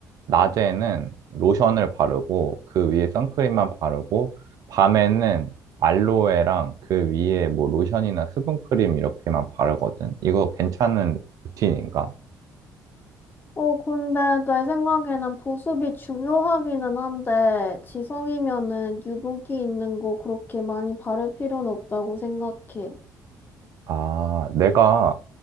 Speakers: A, on the right; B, on the left.
A: 낮에는 로션을 바르고 그 위에 선크림만 바르고 밤에는 알로에랑 그 위에 뭐 로션이나 수분크림 이렇게만 바르거든? 이거 괜찮은 루틴인가?
B: 어, 근데 내 생각에는 보습이 중요하기는 한데, 지성이면은 유분기 있는 거 그렇게 많이 바를 필요는 없다고 생각해.
A: 아, 내가